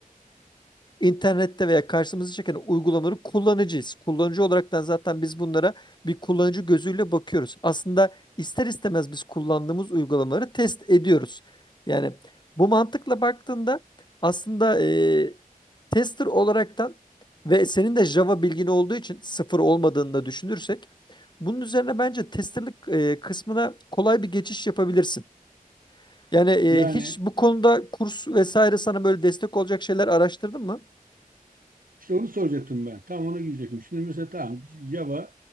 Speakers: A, on the left; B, on the right.
A: İnternette veya karşımıza çeken uygulamaları kullanıcıyız. Kullanıcı olaraktan zaten biz bunlara bir kullanıcı gözüyle bakıyoruz. Aslında ister istemez biz kullandığımız uygulamaları test ediyoruz. Yani bu mantıkla baktığında aslında e, tester olaraktan ve senin de Java bilgin olduğu için sıfır olmadığını da düşünürsek bunun üzerine bence testerlik e, kısmına kolay bir geçiş yapabilirsin. Yani e,
B: Yani
A: hiç bu konuda kurs vesaire sana böyle destek olacak şeyler araştırdın mı?
B: İşte onu soracaktım ben. Tam ona girecektim. Şimdi mesela tamam Java